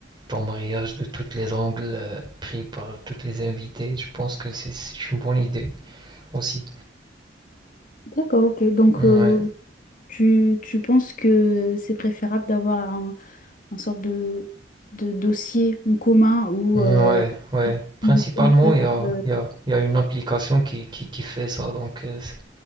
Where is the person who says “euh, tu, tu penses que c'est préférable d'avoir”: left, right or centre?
Left